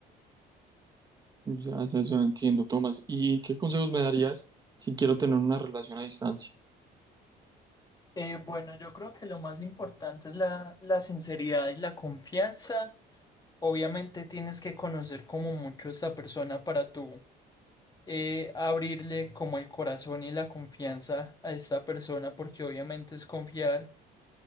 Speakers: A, on the right; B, on the left.
A: Ya, ya, ya entiendo, Tomás. ¿Y qué consejos me darías si quiero tener una relación a distancia?
B: Eh, bueno, yo creo que lo más importante es la, la sinceridad y la confianza. Obviamente tienes que conocer como mucho a esta persona para tú eh, abrirle como el corazón y la confianza a esta persona porque obviamente es confiar.